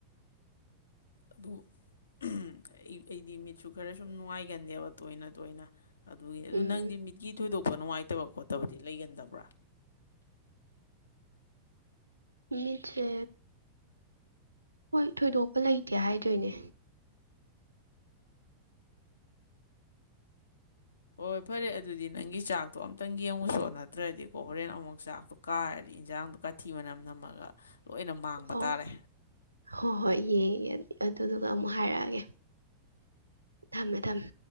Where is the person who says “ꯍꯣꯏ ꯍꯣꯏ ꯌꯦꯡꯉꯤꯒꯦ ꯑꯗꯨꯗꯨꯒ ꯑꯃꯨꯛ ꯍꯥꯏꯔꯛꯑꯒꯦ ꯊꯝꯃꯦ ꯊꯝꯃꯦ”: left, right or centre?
Right